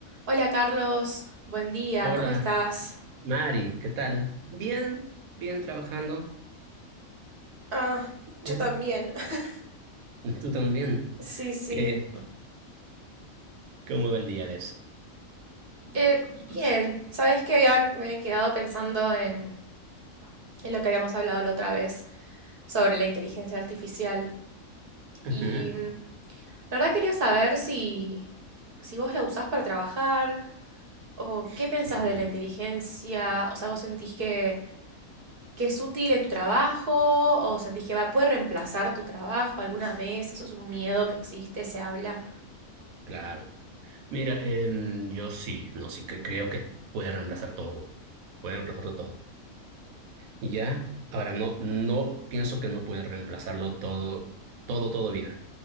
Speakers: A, on the right (about 50°); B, on the right (about 85°).
A: Hola Carlos, buen día,
B: Hola,
A: ¿cómo estás?
B: Mari, ¿qué tal? Bien, bien trabajando.
A: Ah,
B: Bien.
A: yo también. <laughs>
B: <laughs> ¿Tú también?
A: Sí, sí.
B: ¿Qué, cómo va el día de eso?
A: Eh, bien, sabes que había, me había quedado pensando en, en lo que habíamos hablado la otra vez sobre la inteligencia artificial.
B: Ujú.
A: Y mm, la verdad quería saber si, si vos la usás para trabajar o
B: Sí,
A: qué pensás de la inteligencia. O sea, ¿vos sentís que, que es útil en tu trabajo o sentís que va, puede reemplazar tu trabajo alguna vez? Eso es un miedo que existe, se habla.
B: claro. Mira, em, yo sí, no sí, que creo que puede reemplazar todo. Puede reemplazarlo todo. Y ya, ahora no, no pienso que no puede reemplazarlo todo, todo, todo bien,